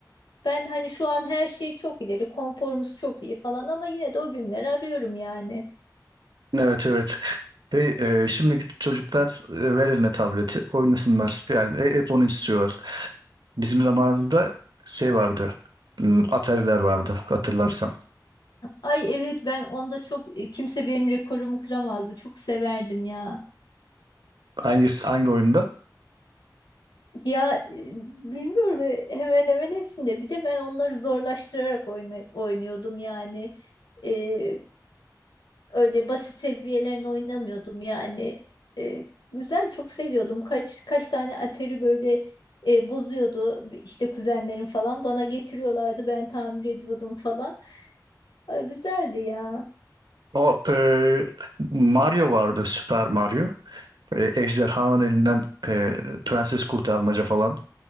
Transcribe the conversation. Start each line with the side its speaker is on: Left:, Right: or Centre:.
Left: ben hani şu an her şey çok ileri konforumuz çok iyi falan ama yine de o günleri arıyorum yani.
Right: Evet evet. Hey, e, şimdiki çocuklar e, ver eline tableti oynasınlar. Yani e- hep onu istiyorlar. Bizim zamanımızda şey vardı. hmm, Atari'ler vardı hatırlarsam.
Left: Ay evet ben onda çok e, kimse benim rekorumu kıramazdı çok severdim ya.
Right: Hangisi hangi oyunda?
Left: Ya e, bilmiyorum e, hemen hemen hepsinde bir de ben onları zorlaştırarak oyna- oynuyordum yani. E, öyle basit seviyelerini oynamıyordum yani. E, güzel çok seviyordum. Kaç kaç tane atari böyle e, bozuyordu işte kuzenlerim falan bana getiriyorlardı ben tamir ediyordum falan. Ay, güzeldi ya.
Right: O e, Mario vardı Super Mario. E, Ejderhanın elinden e, prenses kurtarmaca falan.